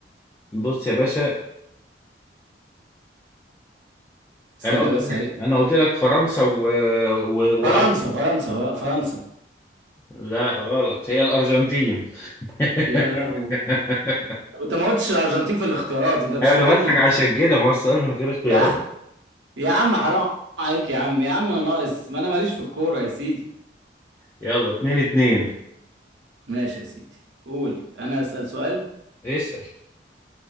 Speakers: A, on the left (about 15°); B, on the right (about 80°).
A: بص يا باشا
B: استنى
A: انا قلت
B: بس
A: لك
B: هي
A: انا قلت لك فرنسا و... و...
B: فرنسا فرنسا بقى، فرنسا
A: لا غلط هي الأرجنتين <laughs>
B: يا لهوي طب انت ما قلتش الارجنتين في الاختيارات انت بتشتغلني
A: أنا بضحك عشان كده ما هو السؤال من غير اختيارات
B: يا عم يا عم حرام عليك يا عم يا عم انا ناقص ما انا ماليش في الكوره يا سيدي
A: يلا اتنين اتنين
B: ماشي يا سيدي قول انا اسال سؤال
A: اسأل